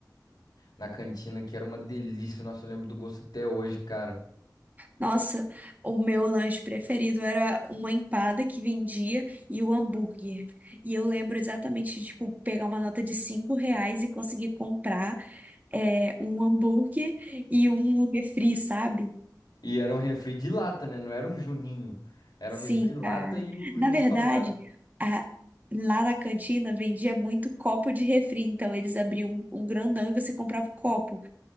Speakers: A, on the left; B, on the right.
A: na cantina, que era uma delícia. Nossa, eu lembro do gosto até hoje, cara.
B: Nossa, o meu lanche preferido era uma empada que vendia e o hambúrguer. E eu lembro exatamente de, tipo, pegar uma nota de cinco reais e conseguir comprar é, um hambúrguer e um refri, sabe?
A: E era um refri de lata, né? Não era um juninho. Era
B: Sim,
A: um refri lata
B: cara.
A: e o,
B: Na
A: e o
B: verdade,
A: salgado.
B: a- lá na cantina vendia muito copo de refri, então eles abriam um, um grandão e você comprava o copo.